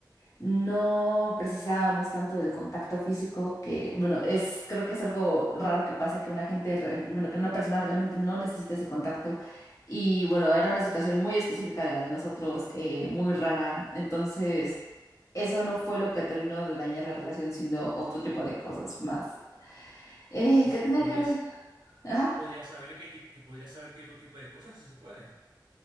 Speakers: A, on the left; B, on the right.
A: no precisábamos tanto del contacto físico, que bueno, es, creo que es algo raro que pase que una gente, re- bueno, que una persona realmente no necesite ese contacto. Y bueno, era una situación muy específica la de nosotros, eh, muy rara. Entonces, eso no fue lo que terminó de dañar la relación, sino otro tipo de cosas más. Eh,
B: Y
A: ¿qué tenían
B: podrías,
A: que ver? Ajá.
B: podrías saber qué tip- que podrías saber qué otro tipo de cosas si se puede.